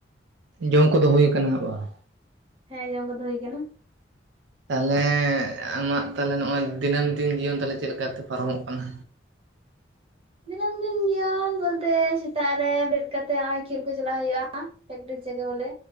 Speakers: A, on the right; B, on the right.
A: ᱡᱚᱢ ᱠᱚ ᱫᱚ ᱦᱩᱭ ᱠᱟᱱᱟ ᱦᱟᱸᱜ ᱵᱟᱝ?
B: ᱦᱮᱸ ᱡᱚᱢ ᱠᱚ ᱫᱚ ᱦᱩᱭ ᱠᱟᱱᱟ᱾
A: ᱛᱟᱦᱞᱮ ᱟᱢᱟᱜ ᱛᱟᱦᱞᱮ ᱱᱚᱜᱼᱚᱭ ᱫᱤᱱᱟᱹᱢ ᱫᱤᱱ ᱡᱤᱭᱚᱱ ᱛᱟᱦᱞᱮ ᱪᱮᱫ ᱞᱮᱠᱟ ᱛᱮ ᱯᱟᱨᱚ ᱢᱚᱜ ᱠᱟᱱᱟ᱾
B: ᱫᱤᱱᱟᱹᱢ ᱫᱤᱱ ᱡᱤᱭᱚᱱ ᱵᱚᱞ ᱛᱮ ᱥᱮᱛᱟᱜ ᱨᱮ ᱵᱮᱨᱮᱫ ᱠᱟᱛᱮᱫ ᱱᱚᱜᱼᱚᱭ ᱠᱷᱮᱞ ᱠᱚ ᱪᱟᱞᱟᱜ ᱦᱩᱭᱩᱜᱼᱟ᱾ ᱯᱮᱠ ᱴᱤᱥ ᱡᱟᱜᱟ ᱚᱰᱮ